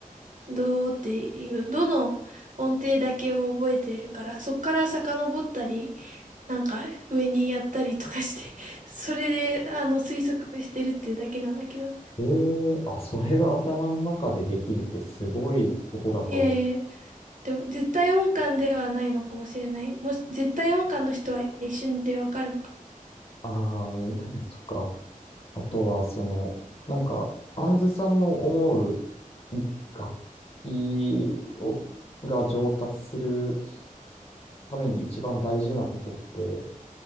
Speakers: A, on the right; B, on the left.
A: どうっていう、どの音程だけを覚えてるから、そっから遡ったり、なんか上にやったりとかして、<laughs> それで、あの、推測してるっていうだけなんだけど。
B: へえあ、それが頭の中でできるってすごいことだと。
A: いやいや、でも絶対音感ではないのかもしれない。もし、絶対音感の人は一瞬でわかるのかも。
B: ああ、そっか。あとは、その、なんか、アンズさんの思う楽器を、が上達するために一番大事なことって、